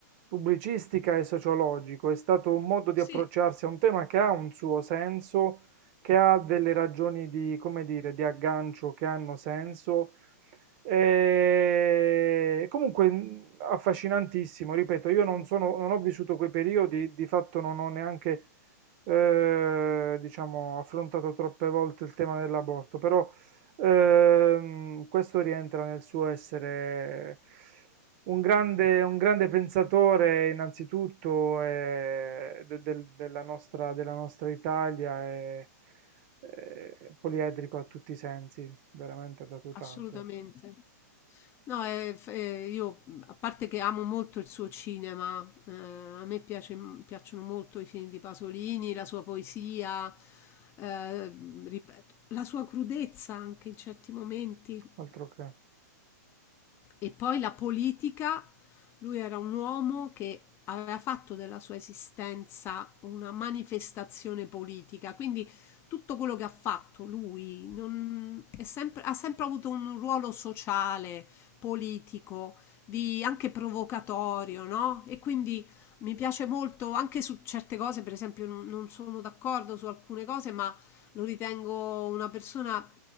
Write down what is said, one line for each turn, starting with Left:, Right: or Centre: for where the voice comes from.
Right: pubblicistica e sociologico, è stato un modo di
Left: Sì,
Right: approcciarsi a un tema che ha un suo senso, che ha delle ragioni di, come dire, di aggancio che hanno senso e comunque mh, affascinantissimo, ripeto, io non sono, non ho vissuto quei periodi, di fatto non ho neanche, eh, diciamo, affrontato troppe volte il tema dell'aborto, però ehm, questo rientra nel suo essere un grande, un grande pensatore innanzitutto eh, de- del- della nostra, della nostra Italia e eh, poliedrico a tutti i sensi, veramente ha dato tanto.
Left: assolutamente. No, ehm, f ehm, io, mhmm, a parte che amo molto il suo cinema, ehm, a me piace mhmm, piacciono molto i film di Pasolini, la sua poesia, ehm, ripeto, la sua crudezza anche in certi momenti.
Right: Altro che.
Left: E poi la politica, lui era un uomo che aveva fatto della sua esistenza una manifestazione politica, quindi tutto quello che ha fatto lui non- è sempre- ha sempre avuto un ruolo sociale, politico, di- anche provocatorio, no? E quindi mi piace molto anche su certe cose, per esempio non non sono d'accordo su alcune cose, ma lo ritengo una persona